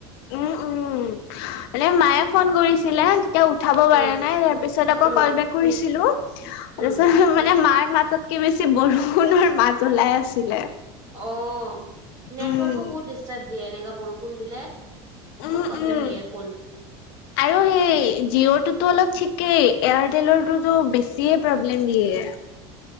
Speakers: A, on the left (about 65°); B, on the right (about 25°).
A: উম। উম। মানে মায়ে ফোন কৰিছিলে। তেও উঠাব পৰা
B: উম,
A: নাই। তাৰপিছত আকৌ
B: উম,
A: কল বেক কৰিছিলো। তাৰপিছত
B: উম।
A: মানে মায়ে মাতত -কে বেছি বৰষুণৰ মাত ওলাই আছিলে।
B: অউম। নেটৱৰ্কোও
A: উম,
B: বহুত ডিষ্টাৰ্ব দিয়ে। এনেকা বৰষুণ দিলে। বহুত
A: উম,
B: প্ৰব্লেম
A: উম।
B: দিয়ে ফোন।
A: আৰু সেই জিঅ'টোতো অলপ ঠিকেই। এয়াৰটেলৰটোতো বেছি -ছিয়ে প্ৰব্লেম দিয়ে।